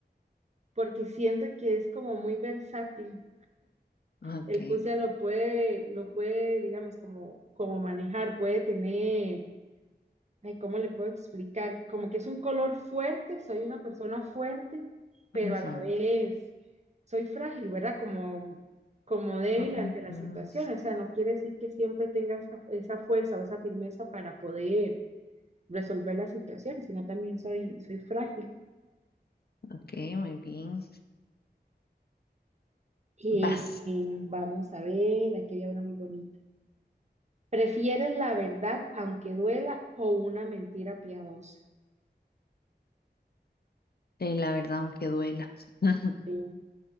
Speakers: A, on the right; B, on the left.
A: porque siento que es como muy versátil.
B: Ok.
A: El fucsia lo puede, lo puede, digamos, como, como manejar, puede tener, ay, ¿cómo le puedo explicar? Como que es un color fuerte, soy una persona fuerte, pero
B: Ujú,
A: a la vez soy frágil, ¿verdad? Como, como débil
B: ujú.
A: ante las
B: ujú.
A: situaciones, o sea, no quiere decir que siempre tenga esa, esa fuerza o esa firmeza para poder resolver la situación, sino también soy, soy frágil.
B: Ok, muy bien.
A: Y,
B: Vas.
A: y vamos a ver, aquí había una muy bonita. ¿Prefieres la verdad aunque duela o una mentira piadosa?
B: Eh, la verdad, aunque duela, <laughs>
A: Sí.